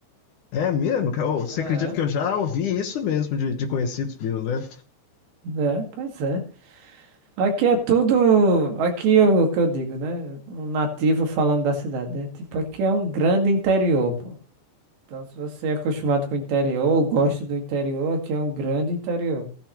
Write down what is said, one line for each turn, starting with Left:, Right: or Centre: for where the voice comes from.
Left: É mesmo, cara? Ô, você
Right: É,
Left: acredita que eu já ouvi isso mesmo de, de conhecidos meus, né?
Right: né? Pois é. Aqui é tudo. Aqui é o que eu digo, né? Um nativo falando da cidade, né? Tipo, aqui é um grande interior, pô. Então, se você é acostumado com o interior, ou gosta do interior, aqui é um grande interior.